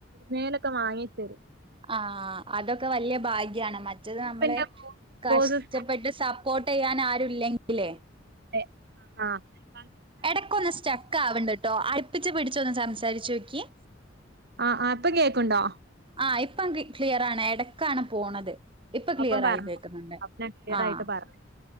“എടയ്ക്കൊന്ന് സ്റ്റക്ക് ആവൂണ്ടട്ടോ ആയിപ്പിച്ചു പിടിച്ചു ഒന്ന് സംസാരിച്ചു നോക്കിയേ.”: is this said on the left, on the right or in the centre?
Right